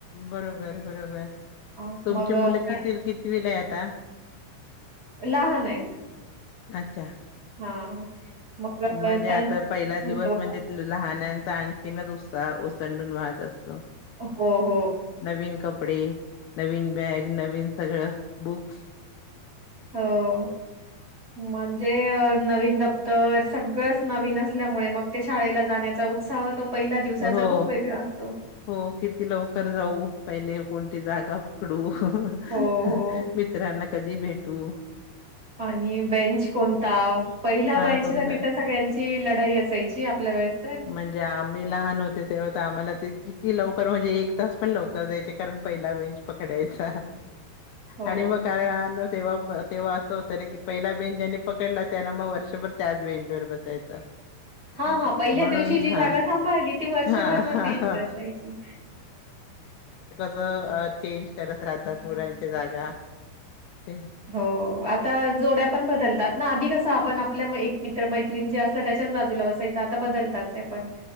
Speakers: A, on the left; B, on the right.
A: बरोबर बरोबर
B: अ,
A: तुमची
B: मग
A: मुलं किती कितीवी ला आहे आता.
B: लहान आहेत.
A: अच्छा.
B: हां. मग
A: म्हणजे
B: अ, त्यांचं
A: आता पहिला दिवस
B: तेवढं
A: म्हणजे लहान. आणखीन दुस ओसंडून वाहत असतो.
B: हो हो.
A: नवीन कपडे नवीन बॅग नवीन सगळं बुक्स.
B: हो. म्हणजे <inaudible> नवीन दप्तर सगळंच नवीन असल्यामुळे मग ते शाळेला जाण्याचा उत्साह तो. पहिल्या दिवसाचा
A: हो
B: खूप वेगळा असतो.
A: हो किती लवकर जाऊ. पहिले कोणती जागा पकडू.
B: हो,
A: <inaudible>
B: हो.
A: मित्रांना कधी भेटु. तू.
B: आणि बेंच कोणता पहिल्या
A: हा
B: बेंचसाठी
A: कोणता
B: तर सगळ्यांची लढाई असायची आपल्या वेळेस. तर.
A: म्हणजे आम्ही लहान होते तेव्हा तर आम्हाला. किती लवकर म्हणजे एक तास पण लवकर जायचे कारण पहिला बेंच पकडायचा.
B: हो.
A: आणि मग काय <inaudible> तेव्हा. तेव्हा असं होतं ना की पहिला बेंच ज्यांनी पकडला त्याना मग वर्षभर त्याच बेंचवर बसायचं.
B: हा
A: हम्म.
B: हा पै. पहिल्या
A: म्हणून
B: दिवशी जी जागा
A: हा
B: सांभाळली ती वर्षभर
A: हा हा
B: तीच
A: हा
B: असायची.
A: कस चेंज करत राहतात मुलाच्या जागा. ते
B: हो आता जोड्या पण बदलतात. ना अधी कसं आपण आपल्या एक मित्र मैत्रीण. मैत्रीण जे असतात त्याच्याच बाजूला बसायचं आता बदल. <inaudible> ते पण